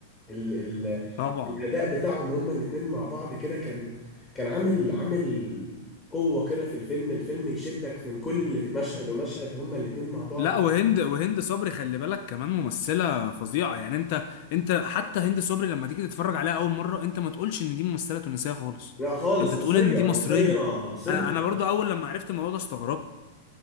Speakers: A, on the left; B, on the left.
A: ال ال
B: طبعا
A: الاداء بتاعهم هما الاتنين مع بعض كده كان كان عامل عامل قوة كده في الفيلم الفيلم يشدك من كل مشهد ومشهد هما الاتنين مع بعض
B: لا وهند وهند صبري خلي بالك كمان ممثلة فظيعة يعني انت انت حتى هند صبري لما تيجي تتفرج عليها اول مرة انت ما تقولش ان دي ممثلة تونسية خالص
A: لا خالص
B: انت
A: مصرية
B: تقول ان دي
A: مصرية
B: مصرية
A: صرف
B: انا انا برضو اول لما عرفت الموضوع ده استغربت